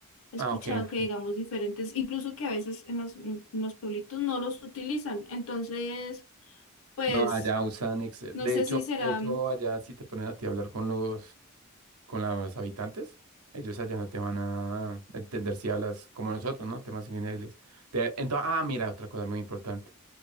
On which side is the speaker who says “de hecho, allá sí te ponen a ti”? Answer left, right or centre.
Right